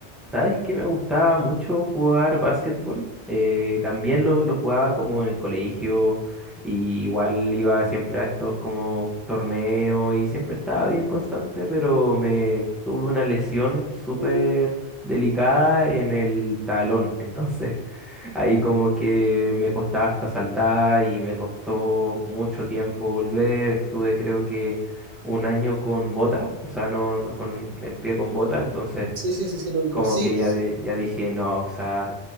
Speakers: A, in the centre; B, on the right.
A: ¿Sabes qué me gustaba mucho jugar básquetbol? Eh, también lo, lo jugaba como en el colegio y igual iba siempre a estos como torneos y siempre estaba bien constante, pero me tuve una lesión súper
B: Uh,
A: delicada en el talón. Entonces <laughs> ahí como que me costaba hasta saltar y me costó mucho tiempo volver. Estuve creo que un año con bota, o sea, no con el pie con bota, entonces
B: sí, sí, sí, sí, lo ubico.
A: como
B: Sí,
A: que
B: s-
A: ya, di- ya dije, no, o sea,